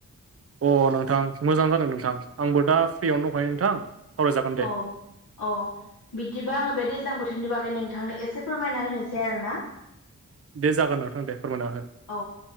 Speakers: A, on the right; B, on the left.
A: अ नोंथां मोजां जादों नोंथां आंबो दा फ्रियावनो दंखायो नोंथां सावरायजागोन दे
B: अम अ बिदिबा आङो बे दैज्लां बोथोरनि बागै नोंथांनो एसे फोरमायना होनोसै आरोना
A: दे जागोन नोंथां दे फोरमायना हो
B: औ